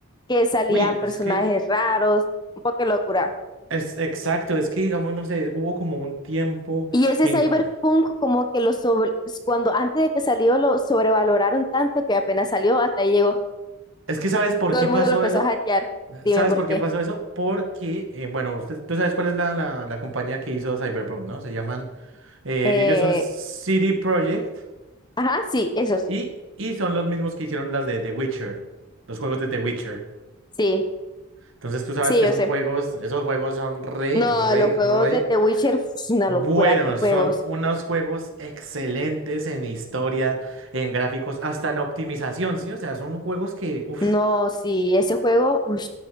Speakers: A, on the left; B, on the right.
A: que salían
B: Uy,
A: personajes
B: es que
A: raros, un poco de locura.
B: es exacto, es que digamos, no sé, hubo como un tiempo
A: Y ese
B: en
A: cyberpunk
B: que...
A: como que lo sobre, cuando antes de que salió lo sobrevaloraron tanto que apenas salió hasta ahí llegó.
B: Es que ¿sabes por
A: Todo
B: qué
A: el mundo
B: pasó
A: lo empezó
B: eso?
A: a hackear. Dime
B: ¿Sabes
A: por
B: por
A: qué.
B: qué pasó eso? Porque, eh, bueno, usted, tú sabes cuál es la, la, la compañía que hizo Cyberpunk, ¿no? Se llaman, eh,
A: Eh,
B: ellos son CD Projekt
A: ajá, sí, esos.
B: Y, y son los mismos que hicieron las de The Witcher, los juegos de The Witcher.
A: Sí,
B: Entonces tú sabes
A: sí,
B: que
A: yo
B: esos
A: sé.
B: juegos, esos juegos son re,
A: No,
B: re,
A: los juegos
B: re
A: de The Witcher es una
B: buenos.
A: locura, qué juegos.
B: Son unos juegos excelentes en historia, en gráficos, hasta en optimización, ¿sí? O sea, son juegos que, uff,
A: No, sí, ese juego, uy,